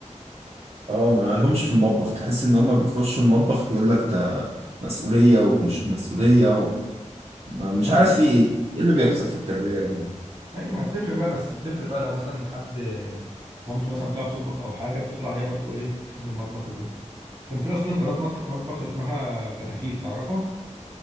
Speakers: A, on the right; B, on the right.
A: اه ما لهمش في المطبخ تحس ان هم بيخشوا المطبخ يقول لك ده مسؤوليه ومش مسؤوليه و... ما- مش
B: اه
A: عارف في ايه ايه اللي بيحصل
B: اه
A: في التربيه يا جماعه
B: ايوه ما بتفرق بقى بس بتفرق بقى لو مثلا حد مامته مثلا بتعرف تطبخ او حاجه بتطلع هي برضو ايه تحب المطبخ وكده كان في اصلا قناه مطبخ, مطبخ اسمها فتافيت تعرفها